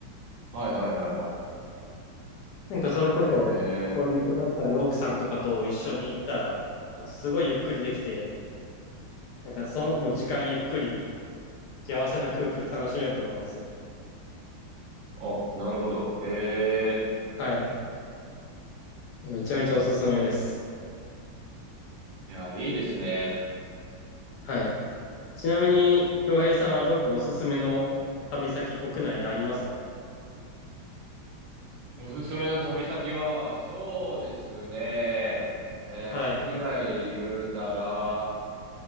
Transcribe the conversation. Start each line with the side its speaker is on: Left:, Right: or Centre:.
Right: はいはいはいは
Left: なんかそれこそ、
Right: い。へ
Left: 恋人だったり奥さんとかと一緒に行ったら、
Right: え。
Left: すごいゆっくりできて、なんかその、もう時間ゆっくり、幸せな空気を楽しめると思いますよ。
Right: あ、なるほど。へえ。
Left: はい。めちゃめちゃおすすめです。
Right: いや、いいですね。
Left: はい。ちなみに、京平さんはどっかおすすめの旅先国内でありますか
Right: おすすめの旅先は、そうですね。えー国内で言うたら、
Left: はい。